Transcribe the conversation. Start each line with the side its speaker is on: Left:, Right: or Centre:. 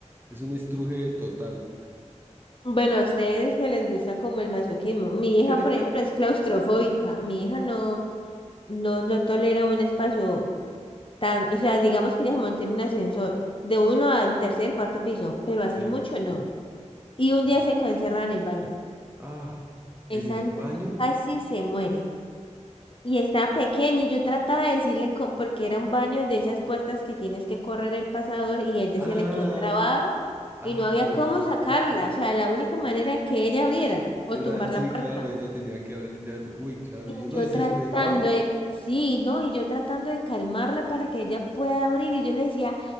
Right: es un estruje total.
Left: Bueno, a ustedes que les gusta como el masoquismo. Mi
Right: <laughs>
Left: hija, por ejemplo, es claustrofóbica. Mi hija no, no, no tolera un espacio tan, o sea, digamos que ella se monta en un ascensor de uno al tercer, cuarto piso, pero así
Right: Sí.
Left: mucho no. Y un
Right: Uy.
Left: día se quedó encerrada en el baño.
Right: Ah,
Left: Esa
Right: en el
Left: niña
Right: baño.
Left: casi se muere. Y estaba pequeña y yo trataba de decirle, co- porque era un baño de esas puertas que tienes que correr el pasador y ella
Right: Ah,
Left: se le quedó trabado
Right: ah,
Left: y no había
Right: jueman.
Left: cómo sacarla. O sea, la única manera era que ella abriera o
Right: Era,
Left: tumbar
Right: sí,
Left: la puerta.
Right: claro, ella tenía que abrir de adentro. Uy, claro,
Left: Y
Right: y uno
Left: Yo
Right: desesperado.
Left: tratando de, sí, ¿no? Y yo tratando de calmarla para que ella pueda abrir. Y yo le decía,